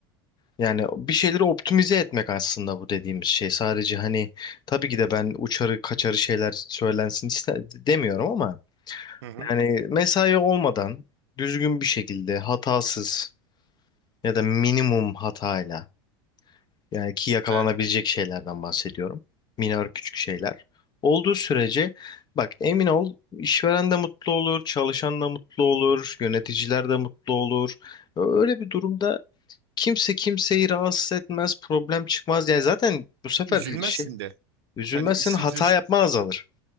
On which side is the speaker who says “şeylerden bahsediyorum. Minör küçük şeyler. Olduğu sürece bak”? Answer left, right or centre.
Left